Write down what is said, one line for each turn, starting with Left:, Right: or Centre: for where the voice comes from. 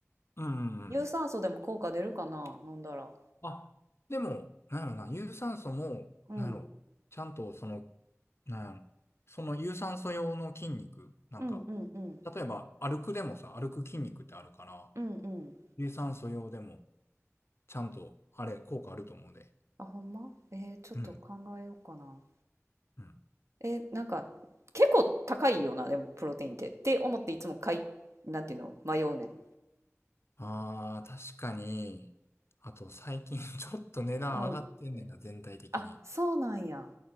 Left: うんうんうん。
Right: 有酸素でも効果出るかな、飲んだら。
Left: あ、でも、なんやろな、有酸素も、
Right: うん、
Left: なんやろ、ちゃんとその、なんやろ、その有酸素用の筋肉、なんか、
Right: うんうんうん。
Left: 例えば歩くでもさ、歩く筋肉ってあるから、
Right: うんうん。
Left: 有酸素用でも、ちゃんと、あれ、効果あると思うで。
Right: あ、ほんまえー、ちょっと考えようかな。
Left: うん。うん。
Right: えー、なんか結構高いよな、でもプロテインって。って思っていつも買い、なんていうの迷うねん。
Left: ああ確かに。あと、最近 <laughs> ちょっと値段上がってんねんな、
Right: うん。
Left: 全体的に。
Right: あ、そうなんや。